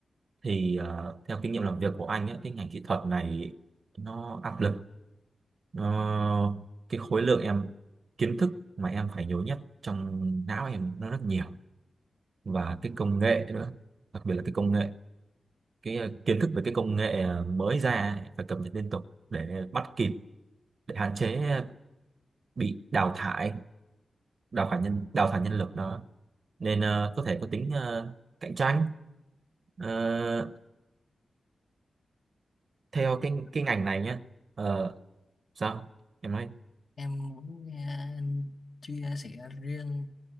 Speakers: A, on the right; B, on the left.
A: thì ờ, theo kinh nghiệm làm việc của anh ấy, cái ngành kỹ thuật này nó áp lực nó cái khối lượng em kiến thức mà em phải nhớ nhất trong não em nó rất nhiều và cái công nghệ nữa đặc biệt là cái công nghệ cái ờ, kiến thức về cái công nghệ ờ, mới ra ấy, phải cập nhật liên tục để bắt kịp để hạn chế ờ, bị đào thải đào thải nhân đào thải nhân lực đó nên ờ, có thể có tính ờ, cạnh tranh Ờ, theo
B: Thì
A: cái cái ngành này nhé Ờ, sao em nói
B: Em muốn nghe anh chia sẻ riêng